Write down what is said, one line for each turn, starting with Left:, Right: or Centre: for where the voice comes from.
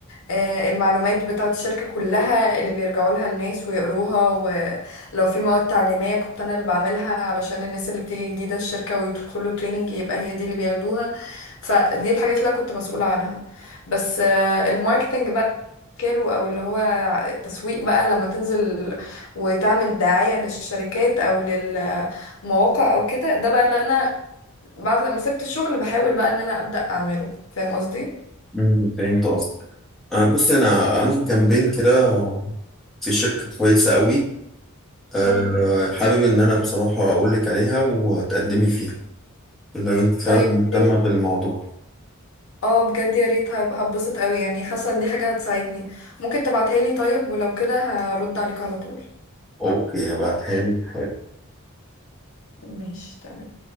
Left: آه، المعلومات بتاعة الشركة كلها اللي بيرجعوا لها الناس ويقروها ولو في مواد تعليمية كنت أنا اللي بعملها علشان الناس اللي بتيجي جديدة الشركة ويدخلوا تريننج يبقى هي دي اللي بياخدوها فدي الحاجات اللي أنا كنت مسؤولة عنها بس آه، الماركتينج بقى شكله او اللي هو التسويق بقى لما تنزل وتعمل دعاية للشركات او للمواقع او كده ده بقى اللي انا بعد لما سبت الشغل بحاول بقى ان انا ابدأ اعمله فاهم قصدي
Centre: مم، فهمت قصدك أنا- بصي انا عندي كامبين كده في شركة كويسة قوي
Left: امم
Centre: آه، حابب إن أنا بصراحة أقولك عليها وتقدمي فيها لو أنت فعلا
Left: طيب
Centre: مهتمة
Left: إيه؟
Centre: بالموضوع
Left: اه بجد يا ريت هب- هبسط قوي يعني حاسه ان دي حاجه هتساعدني ممكن تبعتها لي طيب ولو كده هرد عليك على طول
Centre: أوكي هبعتها لك حالا
Left: ماشي تمام